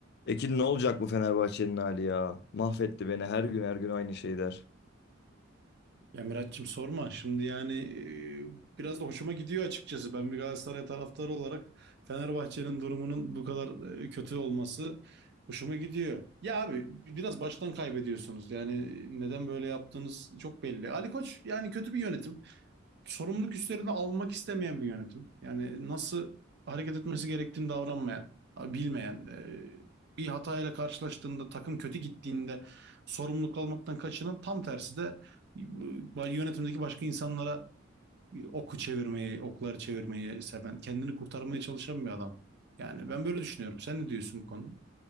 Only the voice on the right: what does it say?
Ya Miraç'cığım sorma. Şimdi yani e, biraz da hoşuma gidiyor açıkçası. Ben bir Galatasaray taraftarı olarak Fenerbahçe'nin durumunun bu kadar e, kötü olması hoşuma gidiyor. Ya abi biraz baştan kaybediyorsunuz. Yani neden böyle yaptığınız çok belli. Ali Koç yani kötü bir yönetim sorumluluk üstlerini almak istemeyen bir yönetim. Yani nasıl hareket etmesi gerektiğini davranmayan, bilmeyen, e, bir hatayla karşılaştığında, takım kötü gittiğinde sorumluluk almaktan kaçınan tam tersi de e, yönetimdeki başka insanlara e, oku çevirmeyi, okları çevirmeyi seven, kendini kurtarmaya çalışan bir adam. Yani ben böyle düşünüyorum. Sen ne diyorsun bu konuda?